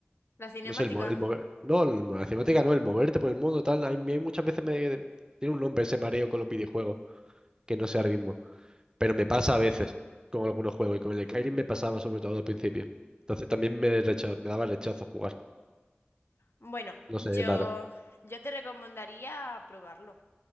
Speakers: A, on the left; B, on the right.
A: La cinemática.
B: No sé, el, mo- el mover... No, el mo- la cinemática no, el moverte por el mundo, tal. A mí muchas veces me... Tiene un nombre ese mareo con los videojuegos, que no sé ahora mismo. Pero me pasa a veces con algunos juegos y con el de Skyrim me pasaba sobre todo al principio. Entonces también me, recha- me daba rechazo jugar.
A: Bueno,
B: No
A: yo,
B: sé, es raro.
A: yo te recomendaría probarlo.